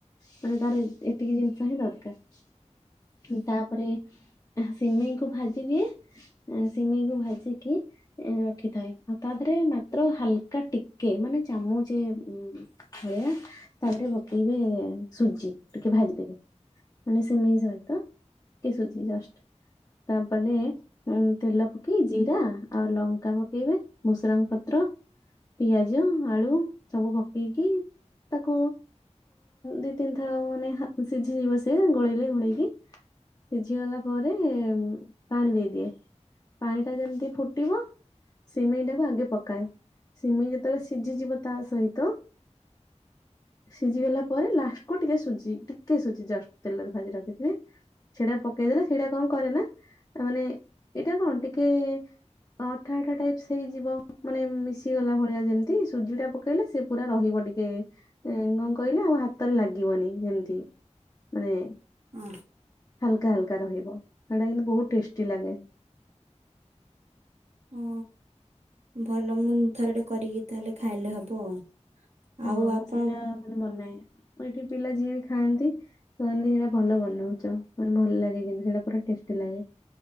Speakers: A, on the left; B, on the right.
A: ମାନେ ତାର ଏତିକି ଜିନିଷ ହିଁ ଦରକାର ତାପରେ ସିମେଇକୁ ଭାଜି ଦିଏ ସିମେଇକୁ ଭାଜିକି ରଖିଥାଏ ଆଉ ତା ପରେ ମା ତ୍ର ହାଲକା ଟିକେ ମାନେ ଚାମଚେ ଭଳିଆ ତାପରେ ପକେଇବେ। ସୁଜି ଟିକେ ଭାଜିଦେବେ ମାନେ ସିମେଇ ସହିତ ଟିକେ ସୁଜି ଜଷ୍ଟ ତାପରେ। ଉ ତେଲ ପକେଇ ଜିରା ଆଉ ଲଙ୍କା ପକେଇବେ ଭୁସରଙ୍ଗ ପତ୍ର ପତ୍ର ପିଆଜ ଆଳୁ ସବୁ ପକେଇକି ତାକୁ ଦି ତିନିଥର ମାନେ ସିଝିଯିବ ସେ ଗୋଳେଇଲେ ଘୋଳେଇକି ସିଝି ଗଲା ପରେ ପାଣି ଦେଇଦିଏ ପାଣି ଟା ଯେମିତି ଫୁଟିବ ସିମେଇ ଟା‌ କୁ ଆଗେ ପ ସିମେଇ ଯେତେବେଳେ ସିଝିଯିବ ତା ସହିତ ସିଝି ଗଲା ପରେ ଲାଷ୍ଟ କୁ ଟିକେ ସୁଜି ଟିକେ ସୁଜି ଜଷ୍ଟ ତେଲରେ ଭାଜି ରଖିଥିବେ ସେଟା ପକେଇଦେଲେ ସେଇଟା କଣ କରେ ନା ତା ମାନେ ଏଇଟା କଣ ଟିକେ ଅଠା ଅଠା ଟାଇପସେ ହେଇଯିବ। ମାନେ ମିଶିଗଲା ଭଳିଆ ଯେମିତି ସୁଜି ଟା ପକେଇଲେ ସେ ପୁରା ରହିବ ଟିକେ କଣ କହିଲେ ଆଉ ହାତରେ ଲାଗିବନି ଯେମତି। ମନେ
B: ହଁ
A: ହାଲକା ହାଲକା ରହିବ ସେଟା କିନ୍ତୁ ବହୁତ ଟେଷ୍ଟି ଲାଗେ।
B: ଓ ଭଲ ମୁଁ ଥରେ ଟେ କରିକି ତାହେଲେ ଖାଇଲେ ହବ ଆଉ।
A: ହଁ
B: ଆଉ
A: ମୁଁ
B: ଆପଣ
A: ସେଇଟା ମାନେ ବନାଏ। ଏଠି ପିଲା ଯିଏ ବି ଖାଆନ୍ତି କହନ୍ତି ସେଇଟା ଭଲ ବନଉଛ ମାନେ ଭଲ ଲାଗେ କିନ୍ତୁ ସେଇଟା ପୁରା ଟେଷ୍ଟି ଲାଗେ